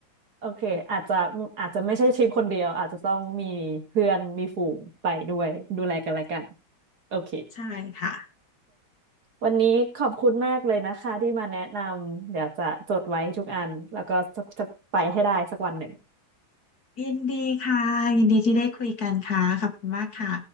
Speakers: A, on the right; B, on the left.
A: โอเคอาจจะอาจจะไม่ใช่ทริปคนเดียวอาจจะต้องมีเพื่อนมีฝูงไปด้วยดูแลกันและกันโอเค
B: <laughs> ใช่ค่ะ
A: วันนี้ขอบคุณมากเลยนะคะที่มาแนะนำเดี๋ยวจะจดไว้ทุกอันแล้วก็จะจะไปให้ได้สักวันหนึ่ง
B: ยินดีค่ะ ยินดีที่ได้คุยกันค่ะ ขอบคุณมากค่ะ